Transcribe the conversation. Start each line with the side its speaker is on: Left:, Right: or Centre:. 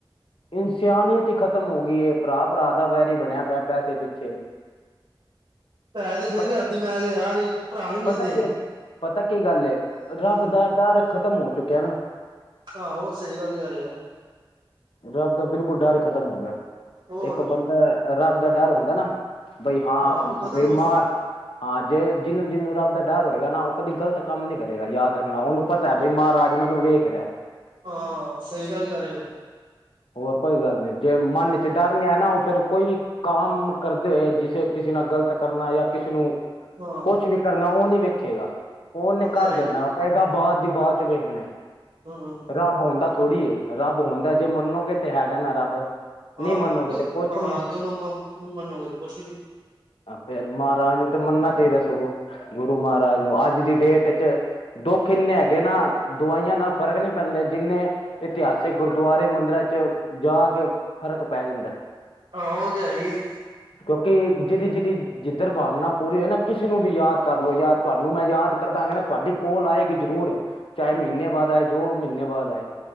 Left: ਇਨਸਾਨੀਅਤ, ਈ ਖਤਮ ਹੋ, ਗਈ ਐ। ਭਰਾ- ਭਰਾ ਦਾ ਵੈਰੀ ਬਣਿਆ। ਪਿਆ ਪੈਸੇ ਪਿੱਛੇ।
Right: ਪੈਹੇ ਤੇ ਫੇਰ
Left: ਪਤਾ
Right: ਵੀ, ਹੱਥ ਦੀ ਮੈਲ ਐ, ਯਾਰ ਭਰਾ ਨੀ ਮਿਲਦੇ।
Left: ਪਤਾ ਕੀ ਪਤਾ ਕੀ ਗੱਲ ਐ। ਰੱਬ
Right: ਹੂੰ
Left: ਦਾ ਡਰ, ਖਤਮ ਹੋ, ਚੁੱਕਿਆ ਨਾ।
Right: ਆਹੋ, ਸਹੀ ਗੱਲ ਕਹਿ ਰਹੇ ਓ।
Left: ਰੱਬ ਦਾ ਬਿਲਕੁਲ, ਡਰ ਖਤਮ ਹੋ ਗਿਆ।
Right: ਹੋਰ
Left: ਇੱਕ ਬੰਦਾ, ਰੱਬ ਦਾ ਡਰ ਹੁੰਦਾ ਨਾ। ਬਈ ਹਾਂ।
Right: ਉਹ ਖ਼ਤਮ
Left: ਬਈਮਾਰ
Right: ਹੋ ਚੁੱਕਿਆ
Left: ਹਾਂ। ਜੇ ਜਿਹਨੂੰ - ਜਿਹਨੂੰ ਰੱਬ ਦਾ- ਡਰ ਹੋਏਗਾ ਨਾ। ਉਹ ਕਦੀ ਗਲਤ ਕੰਮ ਨੀ ਕਰੇਗਾ। ਯਾਦ ਰੱਖਣਾ, ਉਹਨੂੰ ਪਤਾ, ਬਈ ਮਹਾਰਾਜ ਮੈਨੂੰ, ਵੇਖ ਰਿਹਾ।
Right: ਹਾਂ ਸਹੀ ਗੱਲ ਕਰ ਰਹੇ ਹੋ
Left: ਹੋਰ, ਕੋਈ ਗੱਲ ਨੀ। ਜੇ ਮਨ
Right: ਹੂੰ,
Left: ਚ ਡਰ ਨੀ ਆਇਆ ਨਾ। ਉਹ ਫੇਰ - ਕੋਈ ਕੰਮ ਕਰਦੇ ਹੋਏ, ਜਿਸੇ, ਕਿਸੇ ਨਾਲ ਗਲਤ ਕਰਨਾ। ਜਾਂ ਕਿਸੇ ਨੂੰ-
Right: ਹਾਂ
Left: ਕੁਛ ਵੀ ਕਰਨਾ। ਉਹ ਨੀ ਵੇਖੇਗਾ, ਉਹਨੇ
Right: ਉਹ ਤੇ
Left: ਕਰ
Right: ਹੈ
Left: ਦੇਣਾ,
Right: ਹੀ
Left: ਉਹ ਕਹੇਗਾ ਬਾਅਦ। ਦੀ ਬਾਅਦ ਚ ਵੇਖਣਾ।
Right: ਹੂੰ ਹੂੰ
Left: ਰੱਬ ਹੁੰਦਾ ਥੋੜੀ ਏ ਰੱਬ ਹੁੰਦਾ। ਜੇ, ਮੰਨੋਗੇ ਤੇ, ਹੈਗਾ ਨਾ ਰੱਬ।
Right: ਹਾਂ,
Left: ਨਹੀਂ ਮੰਨੋਗੇ
Right: ਜੋ
Left: ਤੇ ਕੁਛ
Right: ਹਾ,
Left: ਨੀ
Right: ਜੋ ਨਾ ਮੰਨੋਗੇ ਤੇ ਕੁਛ ਵੀ ਨੀ।
Left: ਫੇਰ, ਮਹਾਰਾਜ ਨੂੰ ਤੇ, ਮੰਨਨਾ ਚਾਹੀਦਾ ਸਗੋ। ਗੁਰੂ ਮਹਾਰਾਜ ਨੂੰ, ਅੱਜ ਦੀ ਡੇਟ ਚ, ਦੁੱਖ ਇੰਨੇ ਹੈਗੇ ਨਾ। ਦਵਾਈਆ ਨਾਲ ਫਰਕ ਨੀ ਪੈਂਦਾ। ਜਿੰਨੇ, ਇਤਿਹਾਸਿਕ ਗੁਰਦੁਆਰੇ, ਮੰਦਿਰਾ ਚ, ਜਾ ਕੇ ਫਰਕ ਪੈ ਜਾਂਦਾ।
Right: ਆਹੋ। ਉਹ ਤੇ, ਹੈ, ਹੀ ਐ।
Left: ਕਿਉਕਿ ਜਿਹਦੀ- ਜਿਹਦੀ ਜਿੱਧਰ ਭਾਵਨਾ ਪੂਰੀ ਹੋਈ ਏ ਨਾ। ਕਿਸੇ ਨੂੰ ਵੀ ਯਾਦ ਕਰ ਲੋ। ਯਾ ਤੁਹਾਨੂੰ ਮੈ ਯਾਦ ਕਰਦਾ। ਨਾ ਤੁਹਾਡੀ ਕੋਲ ਆਏਗੀ ਜਰੂਰ, ਚਾਹੇ ਮਹੀਨੇ ਬਾਅਦ ਆਏ ਦੋ ਮਹੀਨੇ ਬਾਅਦ ਆਏ।